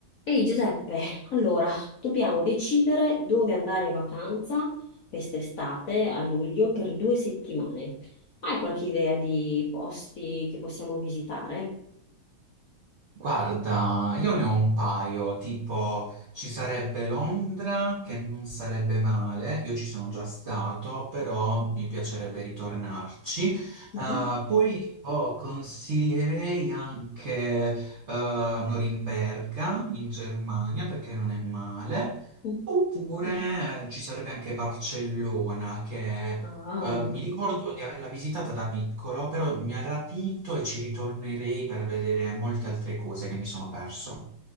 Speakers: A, on the left; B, on the right.
A: Ehi Giuseppe, allora dobbiamo decidere dove andare in vacanza quest'estate a luglio per due settimane. Hai qualche idea di posti che possiamo visitare?
B: Guarda, io ne ho un paio, tipo ci sarebbe Londra che non sarebbe male, io ci sono già stato, però mi piacerebbe ritornarci.
A: Mhm.
B: Eh, poi tipo consiglierei anche eh, Norimberga in Germania perché non è male.
A: Mm.
B: Oppure eh, ci sarebbe anche Barcellona, che
A: Ah.
B: eh, mi ricordo di averla visitata da piccolo, però mi ha rapito e ci ritornerei per vedere molte altre cose che mi sono perso.